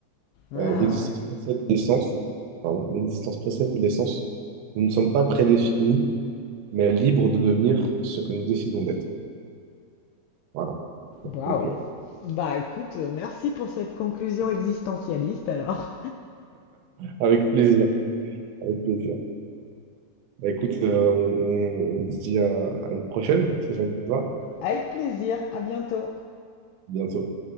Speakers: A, on the left; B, on the right.
A: Ah
B: Euh, l'existence
A: ouais.
B: précède l'essence. Pardon, l'existence précède l'essence. Nous ne sommes pas prédéfinis, mais libres de devenir ce que nous décidons d'être. Voilà, pour
A: Waouh
B: conclure.
A: Bah écoute, euh, merci pour cette conclusion existentialiste alors.
B: Avec plaisir. Avec plaisir. Bah, écoute, euh, on, on- on se dit à à une prochaine, si ça te va.
A: Avec plaisir, à bientôt
B: Bientôt.